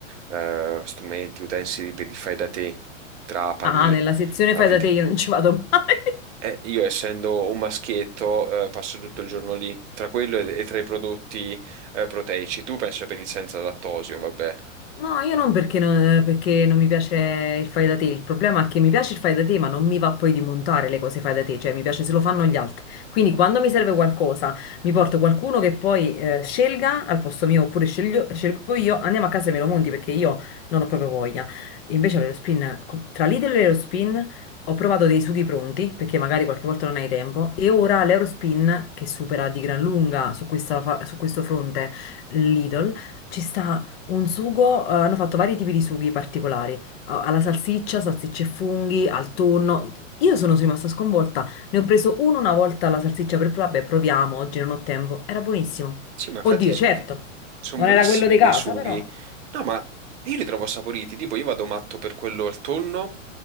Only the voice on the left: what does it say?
Ah, nella sezione
fai da te io non ci vado <laughs> mai.
No, io non perché non, perché non mi piace il fai da te. Il problema è che mi piace il fai da te, ma non mi va poi di montare le cose fai da te, cioè mi piace se lo fanno gli altri. Quindi quando mi serve qualcosa, mi porto qualcuno che poi eh, scelga al posto mio, oppure sceglio- scelgo io, andiamo a casa e me lo monti perché io non ho proprio voglia. Invece all'Aerospin, co- tra Lidl e l'Aerospin ho provato dei sughi pronti, perché magari qualche volta non hai tempo, e ora l'Aerospin, che supera di gran lunga su questa fa- su questo fronte Lidl, ci sta un sugo, eh, hanno fatto vari tipi di sughi particolari, eh, alla salsiccia, salsicce e funghi, al tonno. Io sono rimasta sconvolta, ne ho preso uno una volta alla salsiccia per provare, "Beh, proviamo, oggi non ho tempo. Era buonissimo.
Oddio,
certo, non
era quello di
casa,
però.